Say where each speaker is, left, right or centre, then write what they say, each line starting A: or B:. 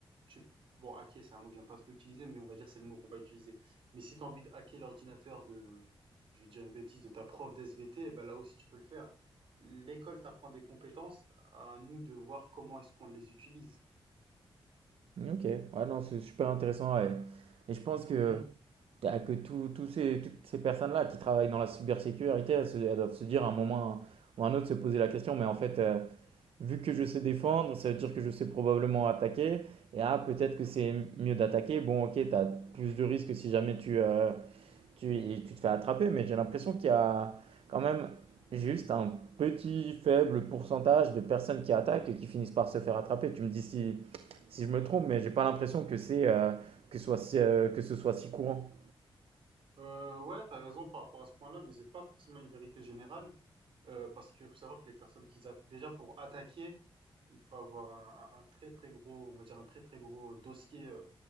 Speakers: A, on the right; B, on the right.
A: tu bon, hacker, c'est un mot que j'aime pas trop utiliser, mais on va dire c'est le mot qu'on va utiliser. Mais si tu as envie de hacker l'ordinateur de, je vais dire une bêtise, de ta prof d'SVT, eh ben là aussi tu peux le faire. L'école t'apprend des compétences, à nous de voir comment est-ce qu'on les utilise.
B: Ok, ouais, non, c'est super intéressant. ouais. Et je pense que,
A: Mm.
B: t'as- que tout- tous ces, toutes ces personnes-là qui travaillent dans la cybersécurité, elles, se- elles doivent se dire à un moment ou à un autre se poser la question, mais en fait, euh, vu que je sais défendre, ça veut dire que je sais probablement attaquer. Et ah, peut-être que c'est mieux d'attaquer. Bon, ok, tu as plus de risques si jamais tu, euh, tu, tu te fais attraper, mais j'ai l'impression qu'il y a quand même juste un petit faible pourcentage de personnes qui attaquent et qui finissent par se faire attraper. Tu me dis si, si je me trompe, mais j'ai pas l'impression que c'est euh, que ce soit si, euh, que ce soit si courant.
A: Euh, ouais, t'as raison par rapport à ce point-là, mais c'est pas forcément une vérité générale. Euh, parce que faut savoir que les personnes qu'ils attaquent, déjà pour attaquer, il faut avoir un, un- un très très gros, on va dire un très très gros dossier, euh,